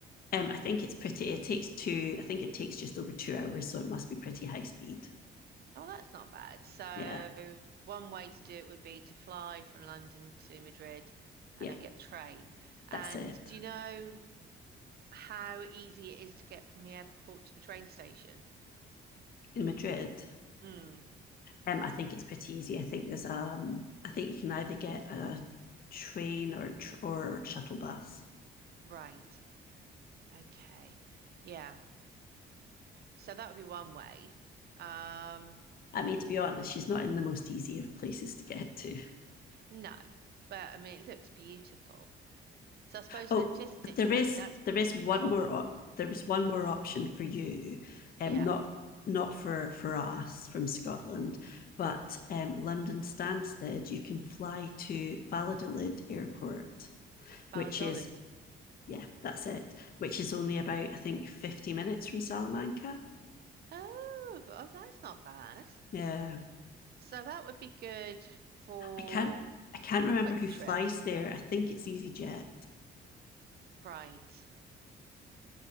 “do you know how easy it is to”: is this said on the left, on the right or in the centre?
Right